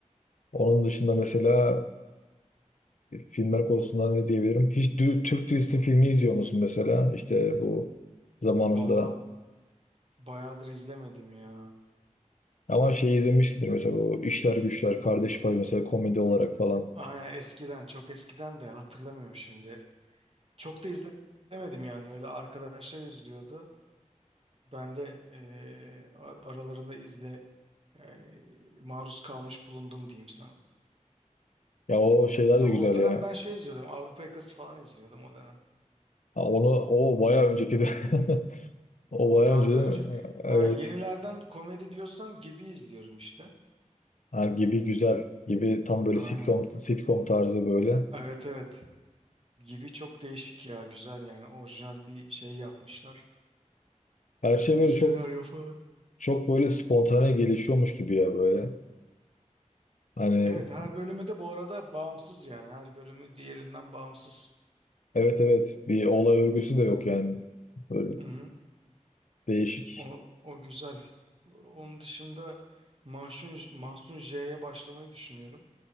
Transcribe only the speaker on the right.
Valla bayağıdır izlemedim ya.
Aa, eskiden, çok eskiden de hatırlamıyorum şimdi. Çok da izlemedim yani. Öyle arkadaşlar izliyordu. Ben de eee, ar- aralarında izle e, maruz kalmış bulundum diyeyim sana.
Abi
o dönem
ben şey izliyordum. Avrupa Yakası falan izliyordum o dönem.
O
daha
da önce.
Ha yenilerden komedi diyorsan Gibi izliyorum işte.
Aynen.
Evet evet. Gibi çok değişik ya. Güzel yani. Orijinal bir şey yapmışlar.
Senaryo
falan.
Evet her bölümü de bu arada bağımsız yani. Her bölümü diğerinden bağımsız.
Hı hı.
O, o güzel. Onun dışında Mahsun, Mahsun J'ye başlamayı düşünüyorum.